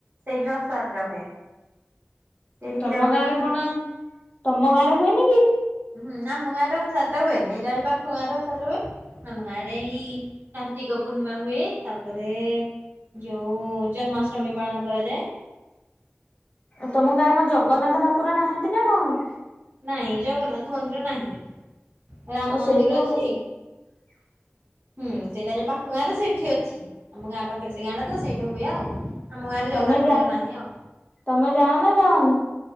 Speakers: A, on the right; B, on the left.
A: ସେଠି ରଥଯାତ୍ରା ହୁଏ? ସେଇଠିକି
B: ତମ
A: ଯାଉ
B: ଗାଁରେ
A: ଦେଖି।
B: କଣ ତମ ଗାଁରେ ହୁଏନି କି।
A: ହୁଁ ଆମଁ ଗାଁ ରେ ରଥ ଯାତ୍ରା ହୁଏନି ଏଇଟା ହେଇ ପାଖ ଗାଁ ରେ ରଥଯାତ୍ରା ହୁଏ। ଆମ ଗାଁ ରେ ଏଇ କାର୍ତ୍ତିକ ପୂର୍ଣ୍ଣିମା ହୁଏ ତାପରେ। ଯଉଁ ଜନ୍ମାଷ୍ଟମୀ ପାଳନ କରାଯାଏ।
B: ତମ ଗାଁ ରେ କଣ ଜଗନ୍ନାଥ ଠାକୁର ନାହାଁନ୍ତି ନା କଣ?
A: ନାହିଁ ଜଗନ୍ନାଥ ମନ୍ଦିର ନାହିଁ ରାମ
B: ଓ
A: ମନ୍ଦିର
B: ସେଇ
A: ଅଛି।
B: <inaudible>
A: ହୁଁ ସେଇଟା ଯୋଉ ପାଖ ଗାଁଟା ସେଇଠି ଅଛି ଆମ ଗାଁ ପାଖରେ ସେଇ ଗାଁ ଟା ତ ସେଇଠି ହୁଏ ଆଉ। ଆମ ଗାଁରେ
B: ତମେ
A: ଜଗନ୍ନାଥ
B: ଯା
A: ମନ୍ଦିର ନାହିଁ ଆଉ।
B: ତମେ ଯାଅ ନା ଯାଅନି?